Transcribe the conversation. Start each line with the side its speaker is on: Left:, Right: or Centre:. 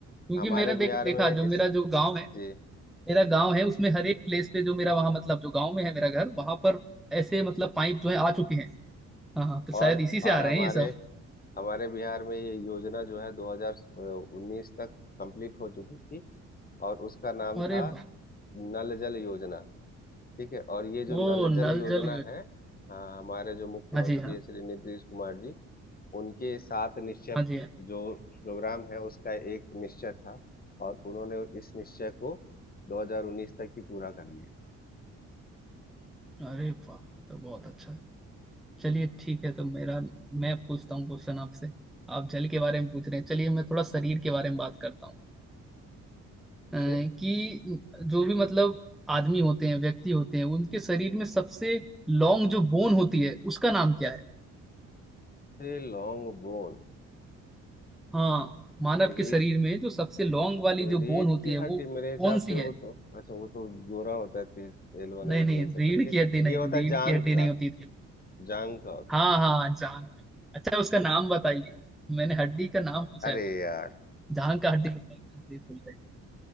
Centre: क्योंकि
Left: हमारे
Centre: मेरा देख
Left: बिहार
Centre: देखा
Left: में इस
Centre: जो मेरा जो गांव है
Left: जी
Centre: मेरा गांव है उसमें हर एक प्लेस पे जो मेरा वहाँ मतलब जो गांव में है मेरा घर वहां पर ऐसे
Left: अच्छा
Centre: मतलब
Left: अच्छा
Centre: पाइप जो है आ चुके हैं हाँ हाँ तो शायद
Left: और
Centre: इसी से
Left: और
Centre: आ
Left: हमारे
Centre: रहे हैं ये सब
Left: हमारे बिहार में ये योजना जो है 2019 तक कंप्लीट हो चुकी थी और उसका नाम
Centre: अरे
Left: था
Centre: वाह
Left: नल जल योजना ठीक है और ये जो नल
Centre: ओ
Left: जल
Centre: नल
Left: योजना
Centre: जल योजना
Left: है हाँ हमारे जो मुख्यमंत्री
Centre: हाँ जी हाँ
Left: है श्री नीतीश कुमार जी उनके सात निश्चय
Centre: हाँ जी हाँ
Left: जो प्रोग्राम है उसका एक निश्चय था और उन्होंने इस निश्चय को 2019 तक ही पूरा कर लिया
Centre: अरे वाह ये तो बहुत अच्छा है चलिए ठीक है तो मेरा मैं पूछता हूँ क्वेश्चन आपसे आप जल के बारे में पूछ रहे हैं चलिए मैं थोड़ा शरीर के बारे में बात करता हूँ अ,
Left: छे
Centre: कि जो भी मतलब आदमी होते हैं व्यक्ति होते हैं उनके शरीर में सबसे लॉन्ग जो बोन होती है उसका नाम क्या है
Left: से लॉन्ग बोन
Centre: हाँ मानव
Left: रीढ़
Centre: के शरीर में जो सबसे लॉन्ग वाली जो
Left: रीढ़
Centre: बोन होती
Left: की
Centre: है
Left: हड्डी
Centre: वो
Left: मेरे हिसाब
Centre: कौन सी
Left: से
Centre: है
Left: वो तो अच्छा वो तो गोरा होता है तीस एल वन
Centre: नहीं
Left: एल
Centre: नहीं
Left: टू ऐसे
Centre: रीढ़
Left: करके
Centre: की हड्डी नहीं
Left: ये होता
Centre: रीढ़
Left: है जांघ
Centre: की हड्डी
Left: का
Centre: नहीं होती थी
Left: जांघ का होता
Centre: हाँ
Left: है
Centre: हाँ जान अच्छा उसका नाम बताइए मैंने हड्डी का नाम पूछा
Left: अरे
Centre: है
Left: यार
Centre: जहाँ का हड्डी खुल रही खुल रही